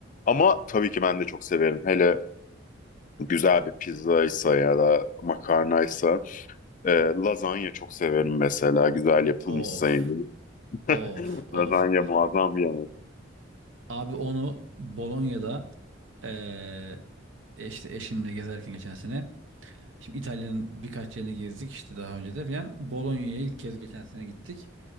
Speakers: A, on the left; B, on the right.
A: Ama tabii ki ben de çok severim. Hele güzel bir pizzaysa ya da makarnaysa. E, lazanya çok severim mesela. Güzel yapılmışsa
B: Of
A: yani. <laughs>
B: of of.
A: Lazanya muazzam bir yemek.
B: Abi onu Bolonya'da eee, işte eşimle gezerken geçen sene. Şimdi İtalya'nın birkaç yerini gezdik işte daha önce de filan. Bolonya'ya ilk kez geçen sene gittik.